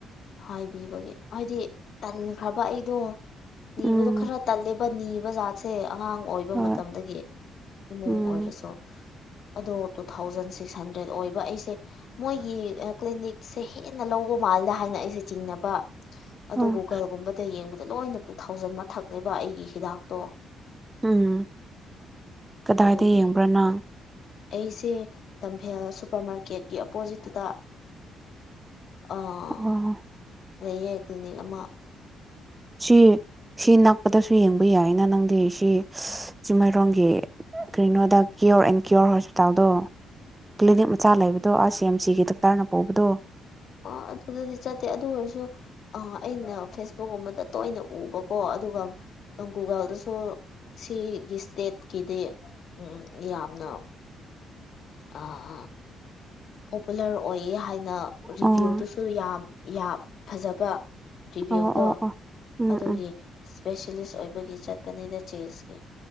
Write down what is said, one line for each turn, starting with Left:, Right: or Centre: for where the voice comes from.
Left: ꯍꯥꯏꯕꯤꯕꯒꯦ ꯍꯥꯏꯗꯤ ꯇꯟꯈ꯭ꯔꯕ ꯑꯩꯗꯣ ꯅꯤꯕꯗꯣ
Right: ꯎꯝ
Left: ꯈꯔ ꯇꯜꯂꯦꯕ ꯅꯤꯕ ꯖꯥꯠꯁꯦ ꯑꯉꯥꯡ ꯑꯣꯏꯕ
Right: ꯍꯣꯏ
Left: ꯃꯇꯝꯗꯒꯤ ꯏꯃꯨꯡ
Right: ꯎꯝ
Left: ꯑꯣꯏꯔꯁꯨ ꯑꯗꯣ ꯇꯨ ꯊꯥꯎꯖꯟ ꯁꯤꯛꯁ ꯍꯟꯗ꯭ꯔꯦꯗ ꯑꯣꯏꯕ ꯑꯩꯁꯦ ꯃꯣꯏꯒꯤ ꯀ꯭ꯂꯤꯅꯤꯛꯁꯦ ꯍꯦꯟꯅ ꯂꯧꯕ ꯃꯥꯜꯗ ꯍꯥꯏꯅ ꯑꯩꯁꯦ ꯆꯤꯡꯅꯕ ꯑꯗꯨ
Right: ꯑꯥ
Left: ꯒꯨꯒꯜꯒꯨꯝꯕꯗ ꯌꯦꯡꯕꯗ ꯂꯣꯏꯅ ꯇꯨ ꯊꯥꯎꯖꯟ ꯃꯊꯛꯅꯦꯕ ꯑꯩꯒꯤ ꯍꯤꯗꯥꯛꯇꯣ
Right: ꯎꯝ ꯀꯗꯥꯏꯗ
Left: ꯑꯗꯨꯒꯤ
Right: ꯌꯦꯡꯕ꯭ꯔꯥ ꯅꯪ
Left: ꯑꯩꯁꯦ ꯂꯝꯐꯦꯜ ꯁꯨꯄꯔ ꯃꯥꯔꯀꯦꯠꯀꯤ ꯑꯣꯄꯣꯖꯤꯠꯇꯨꯗ ꯑꯥ
Right: ꯑꯣ
Left: ꯂꯩꯌꯦ ꯀ꯭ꯂꯤꯅꯤꯛ ꯑꯃ
Right: ꯁꯤ ꯁꯤ ꯅꯛꯄꯗꯁꯨ ꯌꯦꯡꯕ ꯌꯥꯏꯅ ꯅꯪꯗꯤ ꯁꯤ ꯆꯤꯡꯃꯔꯣꯡꯒꯤ ꯀꯔꯤꯅꯣꯗ ꯀꯤꯌꯣꯔ ꯑꯦꯟ ꯀꯤꯌꯣꯔ ꯍꯣꯁꯄꯤꯇꯥꯜꯗꯣ ꯀ꯭ꯂꯤꯅꯤꯛ ꯃꯆꯥ ꯂꯩꯕꯗꯣ ꯑꯁ ꯁꯤ ꯑꯦꯝ ꯁꯤꯒꯤ ꯗꯥꯛꯇꯔꯅ ꯄꯨꯕꯗꯣ
Left: ꯑ ꯑꯗꯨꯗꯤ ꯆꯠꯇꯦ ꯑꯗꯨ ꯑꯣꯏꯔꯁꯨ ꯑ ꯑꯩꯅ ꯐꯦꯁꯕꯨꯛꯀꯨꯝꯕꯗ ꯇꯣꯏꯅ ꯎꯕ ꯀꯣ ꯑꯗꯨꯒ ꯒꯨꯒꯜꯗꯁꯨ ꯁꯤꯒꯤ ꯁ꯭ꯇꯦꯠꯀꯤꯗꯤ ꯎꯝ ꯌꯥꯝꯅ ꯑ ꯄꯣꯄꯨꯂꯔ ꯑꯣꯏꯌꯦ ꯍꯥꯏꯅ ꯔꯤꯚ꯭ꯌꯨꯗꯨꯁꯨ
Right: ꯑꯣ
Left: ꯌꯥꯝ- ꯌꯥꯝ ꯐꯖꯕ ꯔꯤꯚꯤꯌꯨꯗꯣ
Right: ꯑꯣ ꯑꯣ ꯑꯣ ꯎꯝ
Left: ꯑꯗꯨꯒꯤ
Right: ꯎꯝ
Left: ꯏꯁꯄꯦꯁꯤꯌꯦꯂꯤꯁ ꯑꯣꯏꯕꯒꯤ ꯆꯠꯄꯅꯤꯗ ꯆꯦꯁꯀꯤ